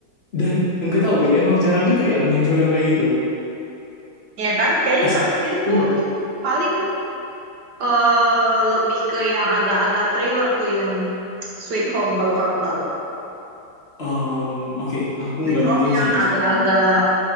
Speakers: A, on the left; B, on the right.
A: dan enggak tahu emang jarang juga ya muncul yang kayak gitu
B: Iya kan? Kayaknya
A: Sa-
B: terakhir tuh
A: Iya.
B: paling eh lebih ke yang agak-agak thriller tuh yang Sweet Home kalau kamu tahu.
A: Em, oke aku
B: Sweet
A: nggak
B: Home
A: nonton
B: yang
A: sih yang
B: agak-agak
A: Sweet Home